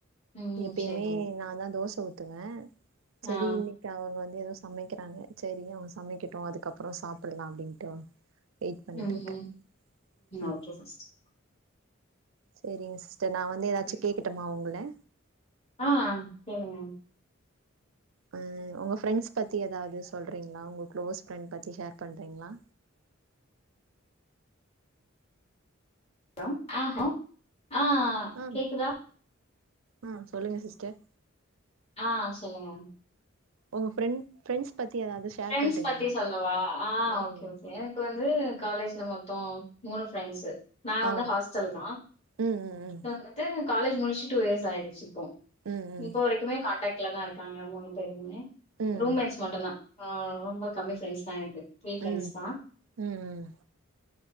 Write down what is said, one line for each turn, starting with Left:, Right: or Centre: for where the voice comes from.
Left: ம்
Right: எப்பயுமே
Left: செரி
Right: நா தா தோச ஊத்துவே செரி
Left: ஆ
Right: இன்னைக்கு அவங்க வந்து ஏதோ சமக்கிறாங்க செரி அவங்க சமைக்கட்டு அதுக்கப்பறோ சாப்டலா அப்டின்ட்டு வெயிட் பண்ணிட்டுருக்கே
Left: ம் ம்
Right: ம்
Left: ஓகே சிஸ்டர்
Right: செரிங்க சிஸ்டர் நா வந்து ஏதாச்சு
Left: ம்.
Right: கேக்கட்டுமா உங்கள
Left: ஆ கேளுங்க
Right: ம் உங்க ஃப்ரெண்ட்ஸ் பத்தி ஏதாவது சொல்றீங்ளா உங்க க்ளோஸ் ஃப்ரெண்ட் பத்தி ஷேர் பண்றீங்களா
Left: ஹலோ ஆ ஆ
Right: ஆ
Left: கேக்குதா
Right: ஆ சொல்லுங்க சிஸ்டர்
Left: ஆ சொல்லுங்க
Right: உங்க ஃப்ரெண்ட் ஃப்ரெண்ட்ஸ் பத்தி ஏதாவது ஷேர்
Left: ஃப்ரென்ட்ஸ்
Right: பண்றீங்களா
Left: பத்தி சொல்லவா ஆ
Right: ம்
Left: ஓகே கே எனக்கு வந்து காலேஜ்ல மொத்த மூணு ஃப்ரெண்ட்ஸு நா
Right: ஆ
Left: வந்து ஹாஸ்டல் தா
Right: ம் ம்
Left: வந்துட்டு காலேஜ் முடிச்சு டூ இயர்ஸ் ஆயிடுச்சு
Right: ம் ம்
Left: இப்ப வரக்குமே கான்டட்ல தா இருக்காங்களா மூணு பேருமே
Right: ம்
Left: ரூம்மேட்ஸ் மட்டுதா ஆ ரொம்ப கம்மி ஃப்ரெண்ட்ஸ் தா எனக்கு த்ரீ ஃப்ரெண்ட்ஸ்
Right: ம்
Left: தா
Right: ம் ம்